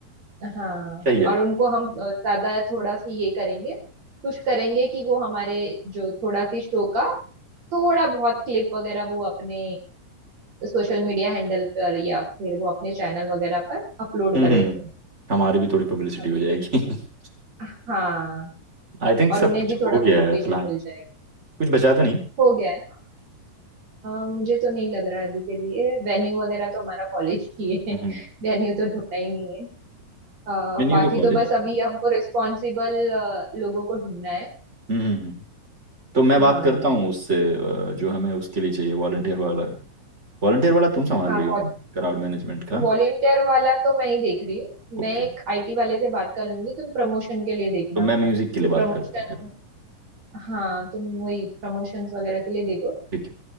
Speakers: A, on the right; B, on the right.
A: हाँ
B: सही है
A: और उनको हम अ, ज्यादा थोड़ा सी ये करेंगे कुछ करेंगे कि वो हमारे जो थोड़ा सी शो का थोड़ा बहुत क्लिप वगैरह वो अपने सोशल मीडिया हैंडल पर या फिर वो अपने चैनल वगैरह पर अपलोड
B: हम्म
A: करे
B: हम्म। हम्म।
A: तो
B: हमारी भी थोड़ी पब्लिसिटी
A: हमें
B: हो जाएगी <laughs>
A: हाँ
B: आई थिंक
A: और
B: सब
A: उन्हें
B: कुछ
A: भी थोड़ा
B: हो गया
A: मोटिवेशन
B: है प्लान
A: मिल जाएगा
B: कुछ बचा तो नहीं
A: हो गया है ना अ, मुझे तो नहीं लग रहा है अभी के लिए वेन्यू वगैरह तो हमारा कॉलेज की है
B: हम्म
A: <laughs> वेन्यू तो ढूंढना ही नहीं है अ,
B: मेन्यू
A: बाकी
B: तो कॉलेज
A: तो बस अभी हमको रिस्पॉन्सिबल लोगों को ढूंढना है
B: हम्म हम्म हम्म। तो मैं बात
A: हाँ
B: करता हूँ उससे अ, जो हमें उसके लिए चाहिए वॉलंटियर वाला वॉलंटियर वाला तुम संभाल
A: हाँ
B: रही हो ना क्राउड मैनेजमेंट का
A: वॉलेंटियर वाला तो मैं ही देख रही हूँ
B: ओके
A: मैं एक आईटी वाले से बात कर लूंगी तुम प्रमोशन के लिए देखना
B: तो मैं म्यूजिक के लिए
A: कि
B: बात
A: प्रमोशन
B: करता हूँ फिर
A: हाँ तुम वही प्रमोशंस वगैरह के लिए देखो
B: ठीक है